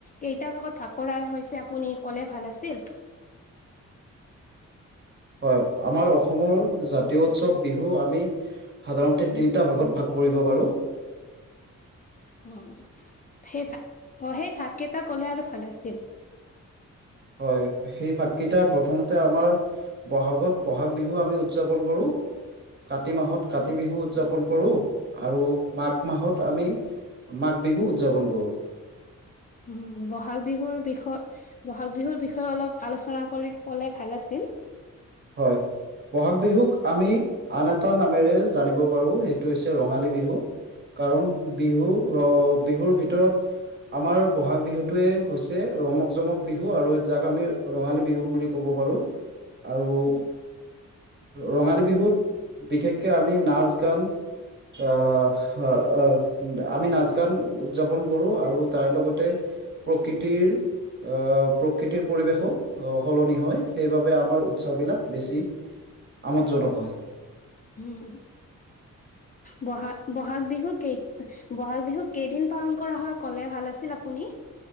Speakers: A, on the left (about 25°); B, on the right (about 35°).
A: কেইটা ভাগত ভাগ কৰা হৈছে আপুনি ক'লে ভাল আছিল।
B: হয়, আমাৰ অসমৰ জাতীয় উৎসৱ বিহু আমি- সাধাৰণতে তিনিটা ভাগত ভাগ কৰিব পাৰোঁ।
A: অ, সেই ভা, অঁ' সেই ভাগ কেইটা ক'লে আৰু ভাল আছিল?
B: হয়, সেই ভাগকেইটা প্ৰথমতে আমাৰ- বহাগত বহাগ বিহু আমি উদযাপন কৰো, কাতি মাহত কাতি
A: উম
B: বিহু উদযাপন- কৰো আৰু মাঘ মাহত আমি মাঘ বিহু উদযাপন কৰোঁ।
A: উমঁ' বহাগ বিহুৰ বিষয়- বহাগ বিহুৰ বিষয়ে অলপ আলোচনা কৰি ক'লে ভাল আছিল।
B: হয়। ব'হাগ বিহুক আমি আন এটা নামেৰে জানিব পাৰো সেইটো হৈছে ৰঙালী বিহু। কাৰণ বিহু ৰ বিহুৰ ভিতৰত আমাৰ ব'হাগ বিহুটোৱে হৈছে ৰমক-জমক বিহু আৰু যাক আমি ৰঙালী বিহু বুলি ক'ব পাৰো। আৰু
A: উম
B: ৰঙালী বিহুত বিশেষকে আমি নাচ-গান, আ অ অ আমি নাচ-গান উদযাপন কৰো আৰু তাৰ লগতে প্ৰকৃতিৰ আ প্ৰকৃতিৰ পৰিৱেশো সলনি হয় সেইবাবে আমাৰ উৎসৱবিলাক বেছি আমোদজনক হয়।
A: হুম, ব'হাগ ব'হাগ বিহু কেই ব'হাগ বিহু কেইদিন পালন কৰা হয় ক'লে ভাল আছিল আপুনি।